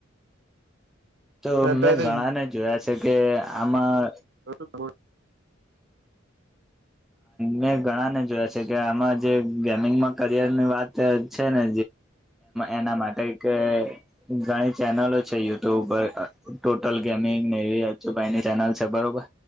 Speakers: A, in the centre; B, on the right.
A: તો
B: અને અત્યારે
A: મેં ઘણાને જોયા છે કે આમાં.
B: બ તમા
A: મેં ઘણા ને જોયા છે કે આમાં જે ગેમિંગમાં કરિયર ની વાત છે ને. એના માટે કે ઘણી ચેનલો છે યુટ્યુબ હોટલ ગેમિંગ એવીાઈની ચેનલ છે બરોબર